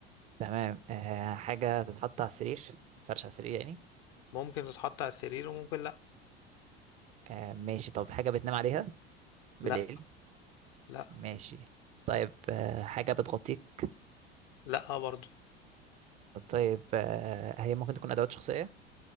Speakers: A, on the right (about 25°); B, on the left (about 45°).
A: تمام آه حاجه تتحط على السرير تتفرش على السرير يعني
B: ممكن تتحط على السرير وممكن لأ
A: آه ماشي طب حاجة بتنام عليها بالليل
B: لأ لأ
A: ماشي طيب آه حاجة بتغطيك
B: لأ برضه
A: طيب آه هي ممكن تكون أدوات شخصية